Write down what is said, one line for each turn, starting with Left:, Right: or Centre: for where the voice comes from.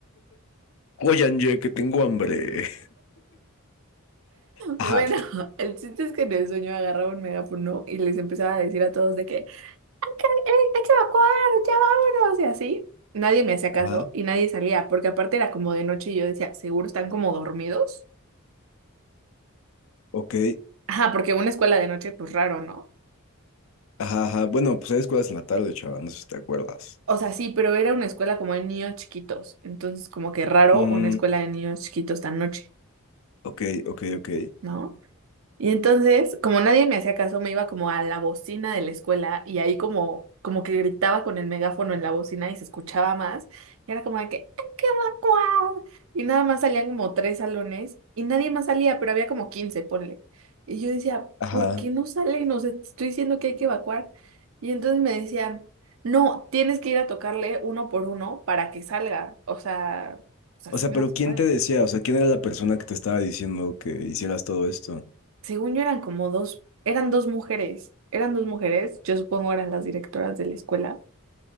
Left: Oigan, ye, que tengo hambre. Ajá,
Right: Bueno, <laughs> el chiste es que en el sueño agarraba un megáfono y les empezaba a decir a todos de que "Ey, hay que evacuar, ya vámonos, y así. Nadie me hacía caso
Left: ajá,
Right: y nadie salía, porque aparte era como de noche y yo decía, seguro están como dormidos.
Left: ok.
Right: Ajá, porque una escuela de noche, pues raro, ¿no?
Left: Ajá, ajá. Bueno, pues hay escuelas en la tarde, chaval, no sé si te acuerdas.
Right: O sea, sí, pero era una escuela como de niños chiquitos, entonces como que raro
Left: Mm,
Right: una escuela de niños chiquitos tan noche,
Left: ok, ok, ok.
Right: ¿no? Y entonces, como nadie me hacía caso, me iba como a la bocina de la escuela y ahí como, como que gritaba con el megáfono en la bocina y se escuchaba más. Y era como de que, ¡hay que evacuar! Y nada más salían como tres salones y nadie más salía, pero había como 15 ponle. Y yo decía,
Left: Ajá.
Right: ¿por qué no salen? O sea, te estoy diciendo que hay que evacuar. Y entonces me decían, no, tienes que ir a tocarle uno por uno para que salga. O sea, pues
Left: O
Right: así
Left: sea,
Right: no
Left: pero
Right: se
Left: ¿quién
Right: puede.
Left: te decía? O sea, ¿quién era la persona que te estaba diciendo que hicieras todo esto?
Right: Según yo eran como dos, eran dos mujeres, eran dos mujeres, yo supongo eran las directoras de la escuela.